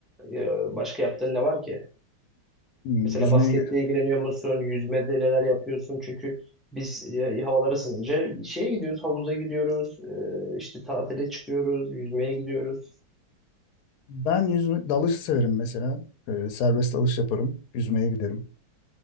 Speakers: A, in the centre; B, on the left.
A: e, başka yaptığın ne var ki?
B: hmm,
A: Mesela
B: yüzmeye
A: basketle ilgileniyor musun? Yüzmede neler yapıyorsun? Çünkü biz e, havalar ısınınca şeye gidiyoruz, havuza gidiyoruz. e, işte tatile çıkıyoruz, yüzmeye gidiyoruz.
B: ben yüzme dalış severim mesela. Ee, serbest dalış yaparım. Yüzmeye giderim.